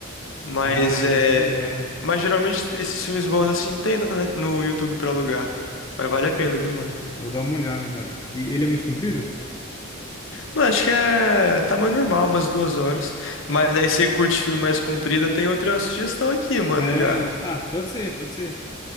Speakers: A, on the left; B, on the left.
A: mas
B: Ah,
A: é.
B: vou dar uma olhada.
A: Mas geralmente esses filmes bons assim tem na- no YouTube pra alugar. Mas vale a pena, viu, mano?
B: Vou dar uma olhada, cara. E ele é muito comprido?
A: Mano, acho que é tamanho normal, umas duas horas. Mas aí você curte filme mais comprido, eu tenho outra sugestão aqui, mano,
B: Não.
A: já.
B: Ah, pode ser, pode ser.